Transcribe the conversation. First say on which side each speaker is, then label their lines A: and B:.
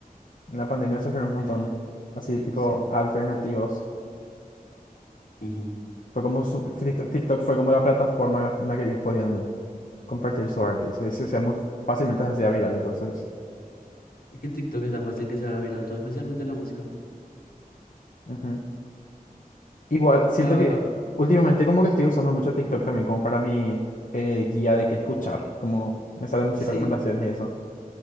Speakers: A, on the left; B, on the left.
A: En la pandemia surgieron un montón,
B: eh,
A: así
B: sí,
A: tipo
B: sí.
A: alternativos.
B: Ujú.
A: Fue como su, TikTok, TikTok fue como la plataforma en la que ellos podían compartir su arte. Y se se hacía muy fácilmente, se hacía viral, entonces.
B: Es que en TikTok es tan fácil que se haga viral todo, especialmente la música.
A: ujú. Igual, siento
B: Ah,
A: que últimamente como que estoy usando mucho TikTok también como para mi eh, guía de qué escuchar. Como me salen muchas
B: sí,
A: recomendaciones y eso.